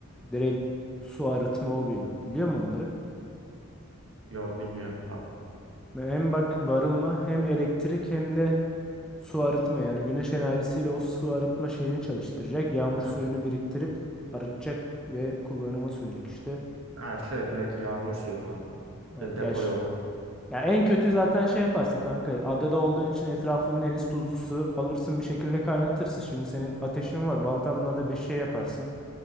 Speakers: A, in the centre; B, on the right (about 65°).
A: Direkt su arıtma oluyor. Biliyor musun onları?
B: Yok bilmiyorum. Tamam.
A: Ve Hem bak barınma hem elektrik hem de su arıtma. Yani güneş enerjisiyle o su arıtma şeyini çalıştıracak. Yağmur
B: <laughs> Aha.
A: suyunu biriktirip arıtacak ve kullanıma sunacak işte.
B: Ha şey direkt yağmur suyundan. mı?
A: Ha,
B: Ya
A: Ya,
B: depo
A: ş-
B: yok.
A: ya en kötü zaten şey yaparsın kanka. Adada olduğun için etrafında deniz tuzlu su alırsın bir şekilde kaynatırsın. Şimdi senin ateşin var. Baltanla da bir şey yaparsın.